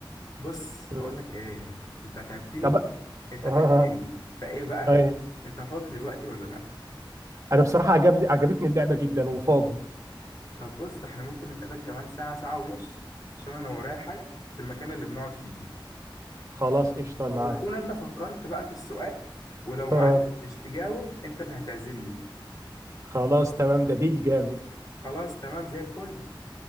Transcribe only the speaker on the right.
مم.
طب آه.
آه،
أيوه
أنا بصراحة عجب... عجبتني اللعبة جدا وفاضي
خلاص قشطة
معاك
<laughs>
خلاص تمام ده ديل جامد